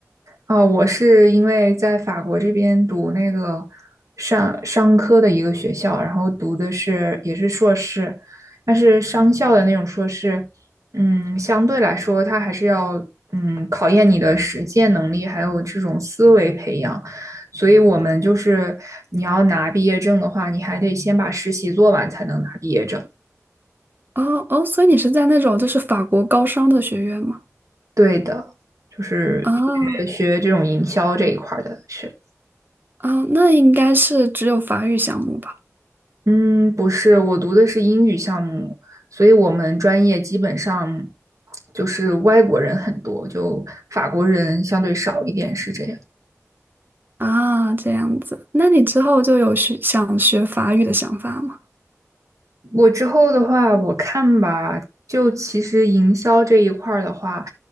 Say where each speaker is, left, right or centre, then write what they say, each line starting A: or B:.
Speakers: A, on the right (about 75°); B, on the right (about 40°).
A: 哦，我是因为在法国这边读那个商商科的一个学校，然后读的是也是硕士，但是商校的那种硕士，嗯，相对来说它还是要嗯考验你的实践能力，还有这种思维培养。所以我们就是你要拿毕业证的话，你还得先把实习做完才能拿毕业证。
B: 哦哦，所以你是在那种就是法国高商的学院吗？
A: 对的，就是学学这种营销这一块儿的学。
B: 啊啊，那应该是只有法语项目吧？
A: 嗯，不是，我读的是英语项目，所以我们专业基本上就是外国人很多，就法国人相对少一点，是这样。
B: 啊，这样子，那你之后就有学想学法语的想法吗？
A: 我之后的话，我看吧，就其实营销这一块儿的话，